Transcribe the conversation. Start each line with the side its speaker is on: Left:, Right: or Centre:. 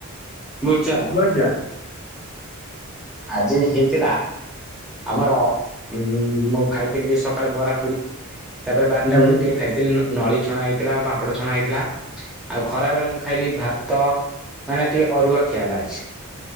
Centre: ବୁଝୁଛ ନା।
Left: ହ୍ୟାଲୋ ଆଜ୍ଞା
Centre: ଆଜି ହେଇଥିଲା ଆମର ଉ ମୁଁ ଖାଇଥିଲି ଟ ସକାଳେ ବରା ପୁରୀ ତାପରେ ବାରଟା
Left: ହୁଁ।
Centre: ବେଳେ ଟିକେ ଖାଇଥିଲି ନଳି ଛଣା ହେଇଥିଲା ପାମ୍ପଡ଼ ଛଣା ହେଇଥିଲା। ଆଉ ଖରା ବେଳେ ମୁଁ ଖାଇଲି ଭାତ ମାନେ ଟିକେ ଅରୁଆ ଖିଆ ହେଲା ଆଜି।